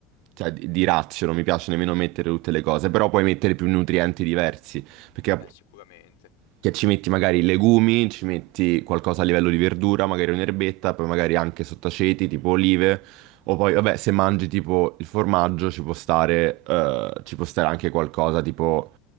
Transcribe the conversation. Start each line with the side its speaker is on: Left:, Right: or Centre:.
Right: cioè, di, di razio, non mi piace nemmeno mettere tutte le cose, però puoi mettere più nutrienti diversi, perché
Left: Ah beh, sicuramente.
Right: che ci metti magari legumi, ci metti qualcosa a livello di verdura, magari un'erbetta, poi magari anche sottaceti, tipo olive, o poi, vabbè, se mangi tipo il formaggio ci può stare, eh, ci può stare anche qualcosa tipo